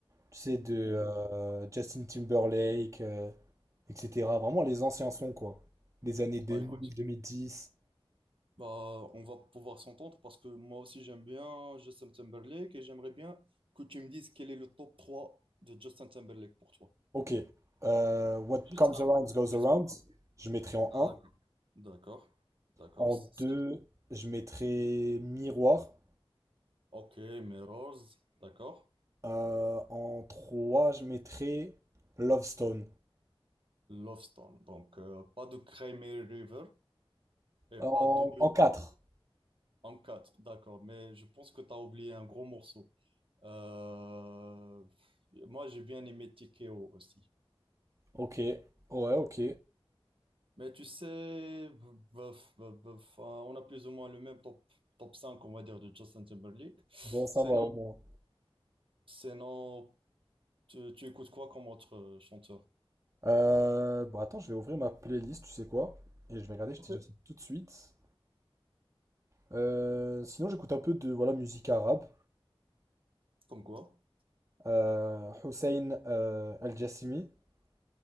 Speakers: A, on the right; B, on the right.
A: Tu sais, de euh,
B: Mm.
A: Justin Timberlake, euh, etc. Vraiment les anciens sons, quoi. Des années 2000,
B: Bah écoute,
A: 2010.
B: bah on va pouvoir s'entendre parce que moi aussi j'aime bien Justin Timberlake et j'aimerais bien que tu me dises quel est le top 3 de Justin Timberlake pour toi.
A: Ok. Euh, What
B: Juste
A: comes
B: un.
A: around goes
B: Juste
A: around.
B: pas un.
A: Je mettrai en
B: D'accord.
A: un
B: D'accord. D'accord.
A: En
B: C'est-
A: 2 je mettrai Miroir.
B: Ok, Mirrors. D'accord.
A: Euh, en trois je mettrai Love Stone.
B: Love Stone. Donc euh, pas de Crimea River et
A: En,
B: pas de
A: en quatre
B: Uncut. D'accord. Mais je pense que tu as oublié un gros morceau. Euh, moi, j'ai bien aimé TKO aussi.
A: Ok. Ouais, ok.
B: Mais tu sais, b- b- b- b- enfin, on a plus ou moins le même top, top 5, on va dire, de Justin Timberlake. C'est
A: Bon, ça va
B: non,
A: au moins.
B: c'est non. Tu, tu écoutes quoi comme autre euh, chanteur?
A: Euh, bon, attends, je vais ouvrir ma playlist, tu sais quoi? Et je vais regarder, je
B: Ok.
A: te dis ça tout de suite. Euh, sinon, j'écoute un peu de voilà, musique arabe.
B: Comme quoi?
A: Euh, Hussein euh, Al-Jassimi. <laughs>